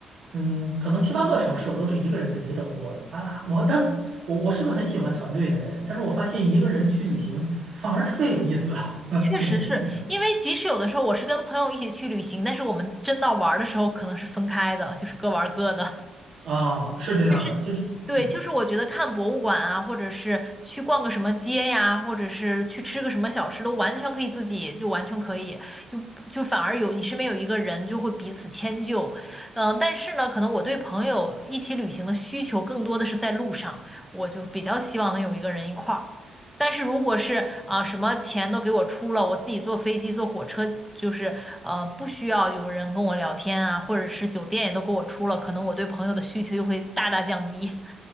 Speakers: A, on the right (about 55°); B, in the centre.
A: 嗯，可能七八个城市我都是一个人自己走过的啊。我当我我是个很喜欢团队的人，但是我发现一个人去旅行反而特别有意思，<laughs> 嗯挺神奇的
B: 确实是因为即使有的时候我是跟朋友一起去旅行，但是我们真到玩儿的时候可能是分开的，就是各玩儿各的。
A: 啊。是这样的，
B: 就是对，
A: 其实嗯
B: 就是我觉得看博物馆啊，或者是去逛个什么街呀，或者是去吃个什么小吃，都完全可以自己，就完全可以，就就反而有你身边有一个人，就会彼此迁就。嗯、但是呢，可能我对朋友一起旅行的需求更多的是在路上，我就比较希望能有一个人一块儿。但是如果是啊、什么钱都给我出了，我自己坐飞机坐火车，就是呃不需要有人跟我聊天啊，或者是酒店也都给我出了，可能我对朋友的需求又会大大降低。